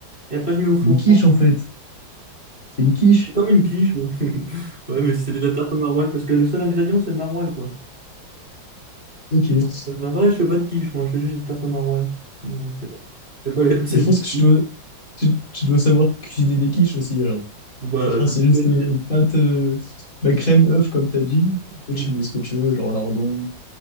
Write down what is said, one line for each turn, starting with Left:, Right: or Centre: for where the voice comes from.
Right: Et après je mets au four
Left: Une quiche en fait. C'est une quiche?
Right: Comme une quiche. Ouais, <laughs> Ouais, mais c'est de la tarte au maroilles parce que le seul ingrédient, c'est le maroilles, quoi.
Left: Ok. Mais
Right: Donc, euh, bah, vrai, je fais pas de quiche, moi, je fais juste des tartes au maroilles. Donc, euh, j'ai pas les recettes
Left: je pense
Right: des
Left: que je
Right: quiches.
Left: dois. Tu, tu dois savoir cuisiner des quiches aussi alors.
Right: Bon, Bah,
Left: Je crois
Right: du
Left: que c'est
Right: coup,
Left: juste
Right: là,
Left: euh,
Right: tu viens,
Left: pâte, euh, bah, crème, œuf, comme t'as dit. Et après,
Right: Mm.
Left: tu mets ce que tu veux, genre lardon,